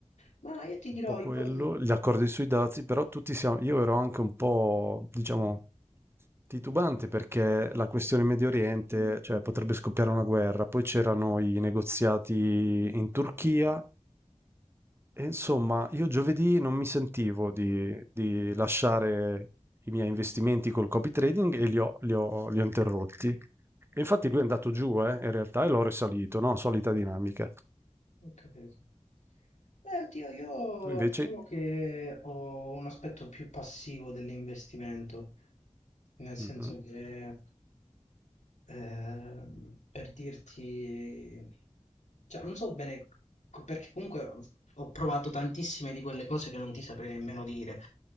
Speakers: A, on the left; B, on the right.
A: Ma io ti dirò,
B: po' quello,
A: io... Ho
B: gli accordi sui dazi, però tutti siamo, io ero anche un po', diciamo, Titubante perché la questione Medio Oriente, cioè potrebbe scoppiare una guerra, poi c'erano i negoziati in Turchia e insomma io giovedì non mi sentivo di, di lasciare i miei investimenti col copy trading e li ho, li ho- li ho interrotti. E infatti lui è andato
A: capito,
B: giù, eh, in realtà, e l'ho risalito, no? Solita dinamica.
A: ho capito. Eh, oddio, io
B: Tu invece...
A: diciamo che ho un aspetto più passivo dell'investimento, nel senso
B: Mhm,
A: che Ehm, per dirti, cioè, non so bene co- perché comunque ho provato tantissime di quelle cose che non ti saprei nemmeno dire.